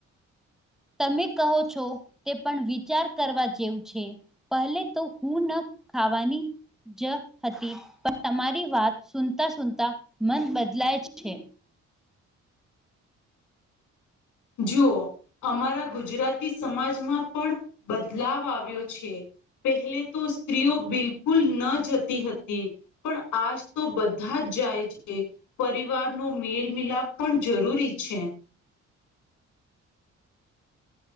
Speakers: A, in the centre; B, on the left.
A: તમે કહો છો તે પણ વિચાર કરવા જેવું છે. પહેલે તો હું ન ખાવાની જ હતી પણ તમારી વાત સુનતા સુનતા મન બદલાય છે.
B: જુઓ અમારા ગુજરાતી સમાજમાં પણ બદલાવ આવ્યો છે. પહેલે તો સ્ત્રીઓ બિલકુલ ન જતી હતી. પણ આજ તો બધા જ જાય છે. પરિવાર નો મેલ મિલાપ પણ જરૂરી છે.